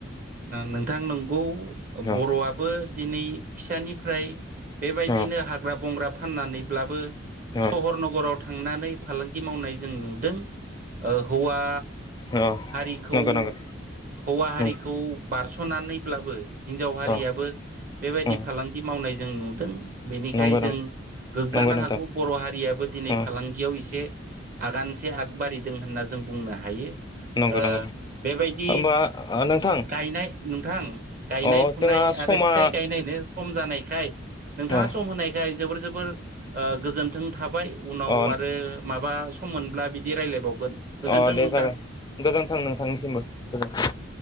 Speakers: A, on the right (about 45°); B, on the left (about 20°).
A: नोंथां नंगौ
B: अ
A: बर'आबो दिनै फिसानिफ्राय बेबायदिनो
B: अ
A: हाग्रा बंग्रा फाननानैब्लाबो
B: अ
A: सहर नगराव थांनानै फालांगि मावनाय जों नुदों हौवा
B: अ
A: हारिखौ
B: नंगौ नंगौ
A: हौवा हारि
B: उम
A: खौ बारस'नानैब्लाबो हिनजाव हारियाबो
B: अ
A: बेबायदि
B: उम
A: फालांगि मावनाय जों नुदों बेनिखाय
B: नंगौ
A: जों
B: नंगौ
A: गोग्गानो
B: नंगौ नोंथां
A: हागौ बर' हारियाबो दिनै
B: उम
A: फालांगियाव एसे आगानसे आग बारिदों होनना जों बुंनो हायो।
B: नंगौ
A: ओ
B: नंगौ
A: बेबायदि
B: होमबा नोंथां
A: गायनाय नोंथां गायनाय
B: अ
A: फुनाय
B: जोंहा
A: आरो
B: समा
A: फिथाइ गायनायनो सम जानायखाय नोंथाङा
B: अ
A: सम होनायखाय जोबोर जोबोर ओ गोजोन्थों थाबाय। उनाव
B: अ
A: आरो माबा सम मोनब्ला बिदि रायलायबावगोन गोजोन्थों
B: अ दे
A: नोंथां।
B: जागोन गोजोन्थों नोंथांनिसिमबो गोजोनथों।